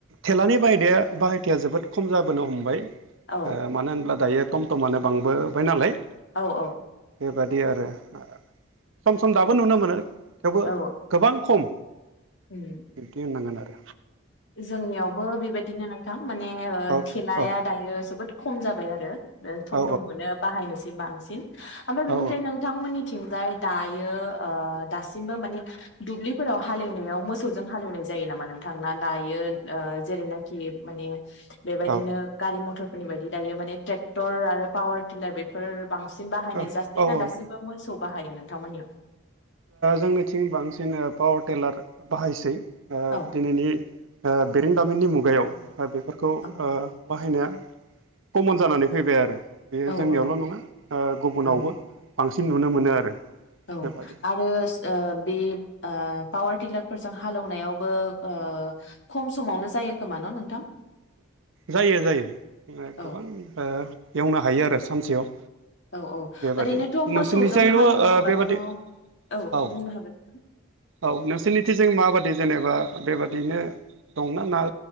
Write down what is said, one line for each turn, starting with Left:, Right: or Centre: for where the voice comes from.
Right: थेलानि बाहायदाया बाहायथिया जोबोद खम जाबोनो हम बाय ओ
Left: औ
Right: मानो होनब्ला दायो टम टमानो बांबोबाय नालाय
Left: औ औ
Right: बादि आरो ओ सम सम दाबो नुनो मोनो। थेवबो
Left: औ
Right: गोबां खम
Left: उम
Right: बिबदि होननांगोन आरो
Left: जोंनियावबो बेबायदिनो नोंथां। माने ओ
Right: औ
Left: थेलाया
Right: औ
Left: दायो जोबोद खम जाबाय आरो। ओ थम
Right: औ
Left: थमखौनो बाहायनोसै। बे बांसिन ओमफ्राय बिनोफ्राय
Right: औ
Left: नोंथां मोननि थिंजाय दायो ओ दासिमबो मानि दुब्लिफोराव हालेवनायाव मोसौजों हालेवनाय जायो नामा नोंथां ना दायो ओ जेरैनाखि माने बेबायदिनो
Right: औ
Left: गारि मथर फोरनि बायदि दायो माने ट्रेक्टर आरो पावार टिनार बेफोर बांसिन बाहायनाय
Right: औ
Left: जासै
Right: औ
Left: ना दासिमबो
Right: औ
Left: मोसौ बाहायो नोंथांमोननियाव?
Right: जोंनिथिं बांसिन पावार टिलार बाहायसै।
Left: औ
Right: दिनैनि बेरेंदामिननि मु गायाव बेफोरखौ ओ
Left: औ
Right: बाहायनाया कमन जानानै फैबाय आरो। बेयो
Left: औ
Right: जोंनियावल
Left: औ
Right: नङा गुबुनावबो
Left: दङ
Right: बांसिन नुनो मोनो आरो।
Left: औ।
Right: बेबादि
Left: आरो बे ओ पावार टिलार फोरजों हालेवनायावबो ओ खम समावनो जायो खोमा न नोंथां?
Right: जायो जायो
Left: औ
Right: गोबां एवनो हायो आरो। सानसेयाव
Left: औ औ
Right: बेबादि
Left: ओरैनोथ मोसौजों
Right: नोंसोरनिजायबो
Left: हालेवोबाथ
Right: ओ बेबादि
Left: औ बुंनो
Right: औ
Left: हागोन नोंथां।
Right: औ नोंसोरनिथिजों माबादि जेनेबा बेबादिनो दंना ना